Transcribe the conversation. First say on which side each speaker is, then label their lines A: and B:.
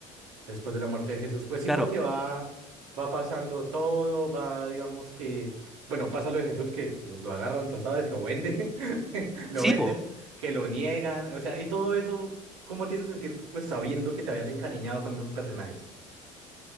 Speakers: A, on the right; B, in the centre.
A: Después de la muerte de Jesús. Pues sí,
B: Claro,
A: porque va, va pasando todo, va, digamos que, bueno, pasa lo de Jesús que pues, lo agarran, tú sabes, lo venden, <laughs> lo
B: sí,
A: venden,
B: po,
A: que lo niegan, o sea, y todo eso, ¿cómo te hizo sentir, pues sabiendo que te habías encariñado con esos personajes?